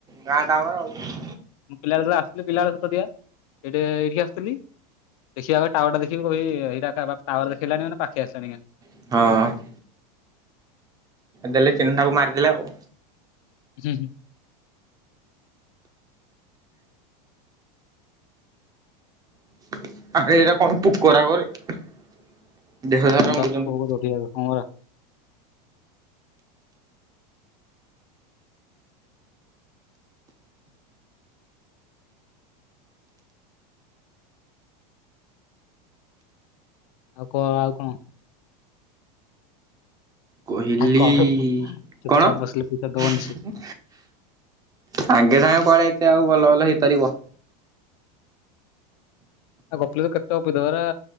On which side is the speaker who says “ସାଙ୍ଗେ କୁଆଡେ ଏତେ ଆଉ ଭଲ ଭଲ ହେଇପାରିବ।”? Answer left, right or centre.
Right